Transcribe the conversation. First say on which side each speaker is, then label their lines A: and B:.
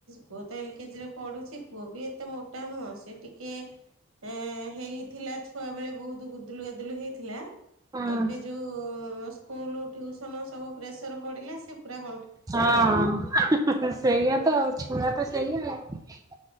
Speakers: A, on the right; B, on the right.
A: ପୁଅ ତ ଏଲ୍ କେଜି ରେ ପଢୁଚି ପୁଅ ବି ଏତେ ମୋ ଟା ନୁହଁ, ସେ ଟିକେ ଏ ହେଇ ଥିଲା ଛୁଆ ବେଳେ ବହୁତୁ ଗୁଦୁଲୁ ଗାଦୁଲୁ ହେଇଥିଲା
B: ହୁଁ
A: ଏବେ ଯୋଉ ସ୍କୁଲୁ ଟିୟୁସନ ସବୁ ପ୍ରେସର୍ ପଡିଲା, ସେ ପୁରା କ
B: ହଁ-ହି-ହି-ହି, ସେଇଆ ତ ଛୁଆ ତ ସେଇଆ ଆଉ।